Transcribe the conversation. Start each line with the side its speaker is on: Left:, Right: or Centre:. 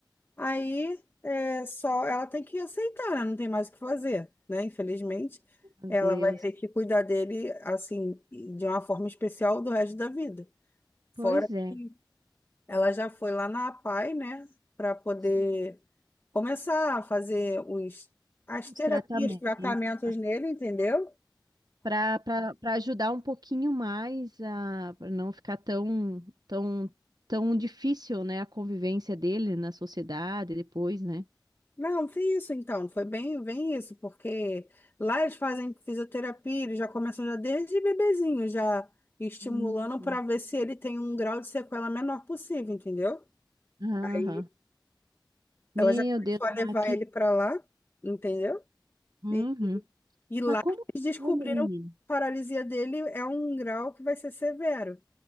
Left: aí é só ela tem que aceitar, né? Não tem mais o que fazer, né? Infelizmente,
Right: Meu
Left: ela
Right: Deus.
Left: vai ter que cuidar dele, assim, de uma forma especial do resto da vida. Fora
Right: Pois
Left: que
Right: é.
Left: ela já foi lá na APAE, né, para poder
Right: Sim.
Left: começar a fazer os, as terapias,
Right: Os tratamentos,
Left: tratamentos nele, entendeu?
Right: para para ajudar um pouquinho mais a pra não ficar tão tão tão difícil, né, a convivência dele na sociedade depois, né?
Left: Não, foi isso então, foi bem, bem isso, porque lá eles fazem fisioterapia, eles já começam já desde bebezinho, já estimulando
Right: Uhum.
Left: para ver se ele tem um grau de sequela menor possível, entendeu?
Right: Aham.
Left: Aí
Right: Meu
Left: ela já começou
Right: Deus,
Left: a
Right: mas
Left: levar
Right: que...
Left: ele para lá, entendeu?
Right: Uhum.
Left: E, e lá
Right: Mas como que
Left: eles descobriram
Right: pode, menina?
Left: que a paralisia dele é um grau que vai ser severo,